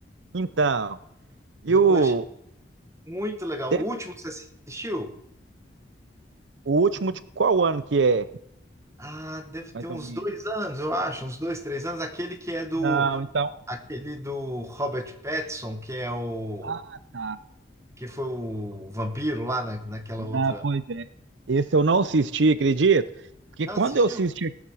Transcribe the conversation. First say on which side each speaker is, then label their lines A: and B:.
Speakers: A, on the right; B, on the right.
A: Então, e
B: Eu
A: o,
B: achei muito legal.
A: te-
B: O último você assistiu?
A: o último de qual ano que é?
B: Ah, deve ter
A: Mais
B: uns
A: ou menos.
B: dois anos, eu acho, uns dois, três anos. Aquele que é do
A: Não, então.
B: Aquele do Robert Pattinson, que é o
A: Ah, tá.
B: que foi o vampiro lá na, naquela outra.
A: Ah, pois é. Esse eu não assisti, acredito. Porque
B: Não
A: quando
B: assistiu?
A: eu assisti,